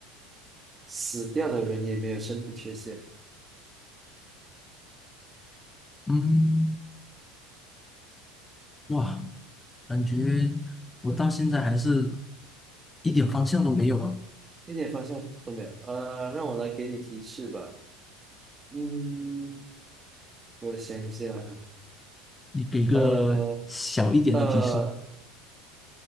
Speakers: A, on the right; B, on the left.
A: 死掉的人也没有身体缺陷，
B: 嗯。哇，感觉我到现在还是一点方向都没有啊！
A: 一点方向都没有。呃，让我来给你提示吧。嗯，我想一下啊
B: 你给个小一点的提示。
A: 呃呃。